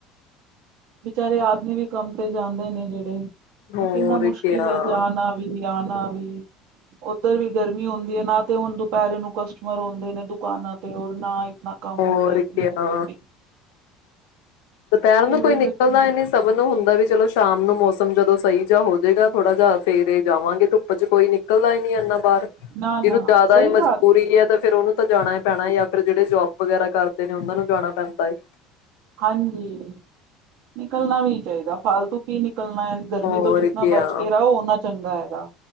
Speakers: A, on the right; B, on the left.
A: ਬਚਾਰੇ ਆਦਮੀ ਵੀ ਕੰਮ ਤੇ ਜਾਂਦੇ ਨੇ ਜਿਹੜੇ ਮੈਂ
B: ਹੋਰ
A: ਕਿੰਨਾ ਮੁਸ਼ਕਿਲ
B: ਕਿਆ
A: ਹੈ ਜਾਣਾ ਵੀ ਜਾਣਾ ਵੀ ਉੱਧਰ ਵੀ ਗਰਮੀ ਹੁੰਦੀ ਐ ਨਾ ਤੇ ਹੁਣ ਦੁਪਹਿਰੇ ਨੂੰ ਕਸਟਮਰ ਆਉਂਦੇ ਨੇ ਦੁਕਾਨਾਂ ਤੇ ਨਾ ਨਾ ਕੰਮ
B: ਹੋਰ
A: ਹੁੰਦਾ, ਇਤਨੀ
B: ਕਿਆ
A: ਗਰਮੀ
B: ਦੁਪੈਰ
A: ਫਿਰ
B: ਨੂੰ ਕੋਈ
A: ਵਹੀ
B: ਨਿਕਲਦਾ
A: ਮਜਬੂਰੀ
B: ਈ ਨਈ ਸਭ ਨੂੰ ਹੁੰਦਾ ਵੀ ਚਲੋ ਸ਼ਾਮ ਨੂੰ ਮੌਸਮ ਜਦੋਂ ਸਹੀ ਜਿਹਾ ਹੋਜੇਗਾ ਥੋੜਾ ਜਿਹਾ ਫੇਰ ਜਾਵਾਂਗੇ। ਧੁੱਪ ਚ ਕੋਈ ਨਿਕਲਦਾ ਈ ਨਈ ਇੰਨਾ ਬਾਹਰ
A: ਨਾ
B: ਜਿਹਨੂੰ
A: ਨਾ
B: ਜ਼ਿਆਦਾ
A: ਸਹੀ
B: ਹੀ
A: ਬਾਤ
B: ਮਜਬੂਰੀ
A: ਹੈ
B: ਐ ਤਾਂ ਫਿਰ ਉਹਨੂੰ ਤਾਂ ਜਾਣਾ ਈ ਪੈਣਾ ਜਾਂ ਫਿਰ ਜਿਹੜੇ ਜੋਬ ਵਗੈਰਾ ਕਰਦੇ ਨੇ ਉਹਨਾਂ ਨੂੰ ਜਾਣਾ ਪੈਂਦਾ ਐ।
A: ਹਾਂਜੀ, ਨਿਕਲਣਾ ਵੀ ਨੀ ਚਾਹੀਦਾ ਫਾਲਤੂ ਕੀ ਨਿਕ ਨਿਕਲਣਾ ਐ ਗਰਮੀ
B: ਹੋਰ
A: ਤੋਂ ਜਿਤਨਾ
B: ਕਿਆ
A: ਬਚ ਕੇ ਰਓ ਓਨਾ ਚੰਗਾ ਐ। ਦਾ